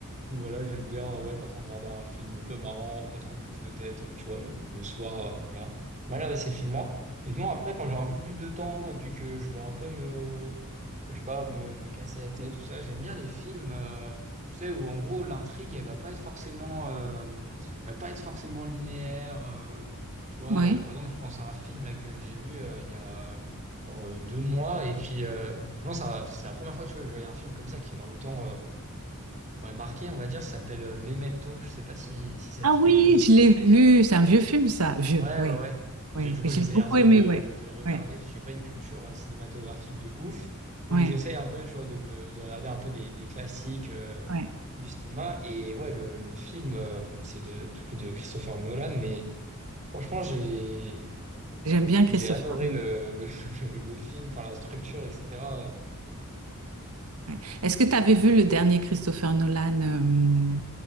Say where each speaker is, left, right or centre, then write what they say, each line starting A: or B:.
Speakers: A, on the right; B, on the right.
A: voilà, j'aime bien euh, ouais, quand faut regarder un film un peu marrant, pas trop prise de tête, euh, tu vois, le, le soir, euh, voilà. On va regarder ces films-là. Et sinon, après, quand j'ai un peu plus de temps et puis que je veux un peu me, je sais pas, me, me casser la tête, tout ça. J'aime bien les films, euh, tu sais, où en gros l'intrigue, elle va pas être forcément, euh, elle va pas être forcément linéaire. euh, tu vois,
B: ouais.
A: euh, par exemple, je pense à un film là que j'ai vu euh, il y a genre, euh, deux mois, et puis euh, franchement, ça, c'est la première fois tu vois, que je voyais un film comme ça qui m'a autant euh, ouais, marqué, on va dire. Ça s'appelle euh, Memento. Je sais pas si, si ça
B: Ah
A: te dit
B: oui,
A: quelque chose.
B: je l'ai vu, c'est un vieux film ça, vieux,
A: Ouais,
B: ouais,
A: ouais, ouais.
B: ouais.
A: Parce que du coup,
B: J'ai
A: j'essaye
B: beaucoup
A: un peu
B: aimé,
A: de,
B: ouais,
A: de regarder,
B: ouais,
A: parce que j'ai pas une culture euh, cinématographique de ouf. Donc,
B: ouais,
A: j'essaye un peu, tu vois, de me, de regarder un peu des, des classiques euh,
B: ouais.
A: du cinéma. Et ouais, le, le film, euh, c'est de, du coup de Christopher Nolan. Mais franchement, j'ai,
B: J'aime bien
A: j'ai
B: Christopher
A: adoré
B: Nolan.
A: le, le, <laughs> le, le film, enfin, la structure, etc.
B: ouais. Est-ce que tu avais vu le dernier Christopher Nolan euh,